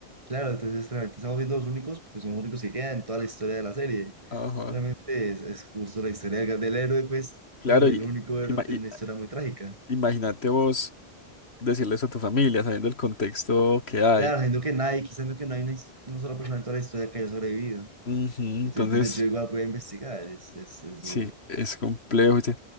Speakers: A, on the right; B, on the left.
A: Claro, entonces realmente estamos viendo los únicos, porque son los únicos que quedan en toda la historia de la serie.
B: Ajá.
A: Realmente es, es justo la historia del, del héroe, pues,
B: Claro,
A: pero del
B: y,
A: único héroe
B: ima-
A: tiene
B: y-
A: una historia muy trágica.
B: imagínate vos decirle eso a tu familia, sabiendo el contexto que hay.
A: Claro, siendo que nadie, quizás siendo que no hay una, his- una sola persona en toda la historia que haya sobrevivido.
B: Ujú, entonces.
A: Y tú dices, yo igual voy a investigar, es, es, es
B: Sí,
A: duro.
B: es complejo. ¿viste?